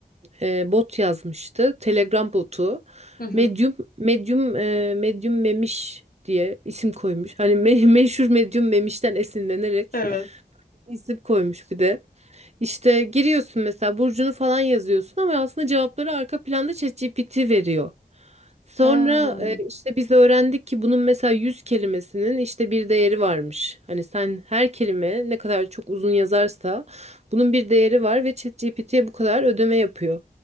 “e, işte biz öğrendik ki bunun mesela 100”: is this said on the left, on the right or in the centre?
Right